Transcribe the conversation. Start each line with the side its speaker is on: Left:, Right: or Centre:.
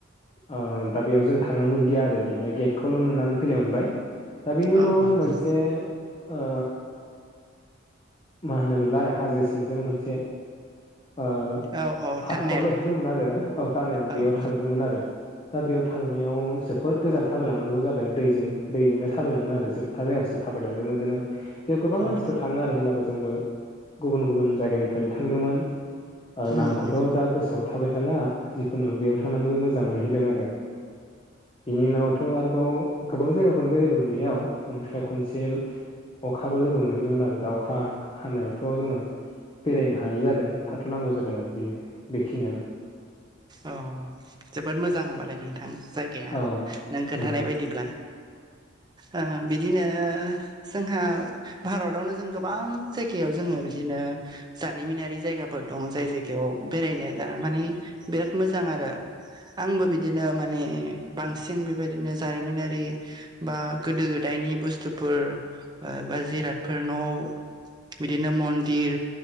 Left: औ दा बेयाव जों थांनो मोनदिया आरो ओरैनो गेटखौल' नुनानै फैनो मोनबाय। दा बिनि
Right: औ
Left: उनाव
Right: औ
Left: मोनसे
Right: औ
Left: ओ मा होनोमोनलाय हाजो सिंजों मोनसे ओ
Right: औ औ
Left: हाखर
Right: टानेल
Left: बायदि दंमोन आरो औ टानेल
Right: औ
Left: बेयाव
Right: औ
Left: थांदोंमोन आरो। दा बेयाव थांनायाव जोबोद गोजान थाबायलांनांगौ जादों दैजों दैजोंनो थाबायलाङो आरो जोब था जायगासिम थाबायलांदोंमोन जोङो। बेव गोबां मानसिफ्रा
Right: औ
Left: थाङो आरो हिलाबो जोंबो गुबुन गुबुन जायगानिफ्रायनो थांदोंमोन। ओ
Right: उम
Left: नामखौथ'
Right: उम
Left: दा गोसोआव थाबाय थाला जिखुनु बेयाव थांनानैबो मोजां मोनहैदों आरो। बेनि उनावथ' आरोबाव गोबां जायगाखौनो बेरायदोंमोन बेयाव ओमफ्राय खनसे अखाबो लोगो मोनहैदोंमोन आरो दा अखा हानायावथ' जोङो बेरायनो हायि जादों थाथ'नांगौ जादों आरो बेनो बेखिनियानो।
Right: अ' जोबोद मोजां होमबालाय नोंथां जायगाया
Left: औ
Right: नों खोन्थानाय
Left: नंगौ
Right: बायदिब्ला। ओ बिदिनो जोंहा भारतआवनो जों गोबां जायगायाव जोङो बिदिनो जारिमिनारि जायगाफोर दं जाय जायगायाव बेरायनो दा मानि बिराद मोजां आरो। आंबो बिदिनो माने बांसिन बेबायदिनो जारिमिनारि बा गोदो गोदायनि बुस्थुफोर बा जिरादफोर न' बिदिनो मन्दिर,